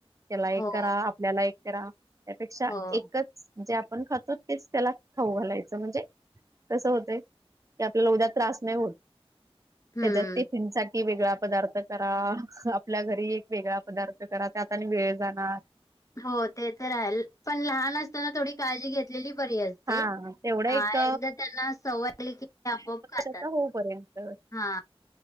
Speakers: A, on the right (about 30°); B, on the left (about 35°).
A: त्याला एक
B: हो,
A: करा, आपल्याला एक करा. त्यापेक्षा
B: हो.
A: एकच. जे आपण खातो, तेच त्याला खाऊ घालायचं. म्हणजे कसं होतय. की, आपल्याला उद्या त्रास नाही होत.
B: हम्म.
A: त्याच्यात टिफीनसाठी वेगळा पदार्थ करा. आपल्या घरी एक वेगळा पदार्थ करा. त्याता आणि वेळ जाणार.
B: हो ते तर राल. पण लहान असताना थोडी काळजी घेतलेली बरीय. ते.
A: हा तेवढं एक
B: ह एकदा त्यांना सवय लागली की, ते आपोआप
A: वर्षाचा
B: खातात.
A: होऊपर्यंत
B: हा.